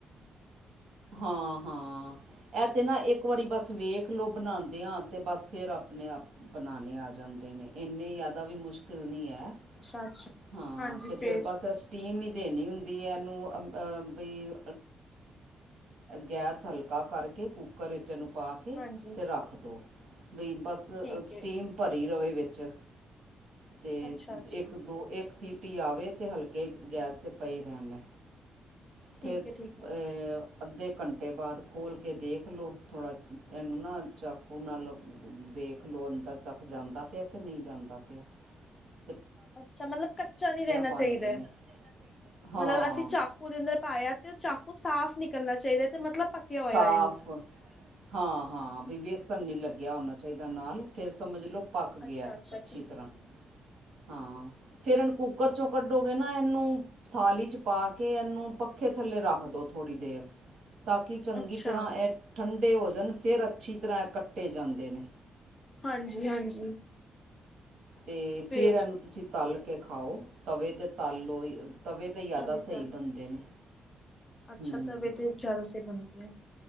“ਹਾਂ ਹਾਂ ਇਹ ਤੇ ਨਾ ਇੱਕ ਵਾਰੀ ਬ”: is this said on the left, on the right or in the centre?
Right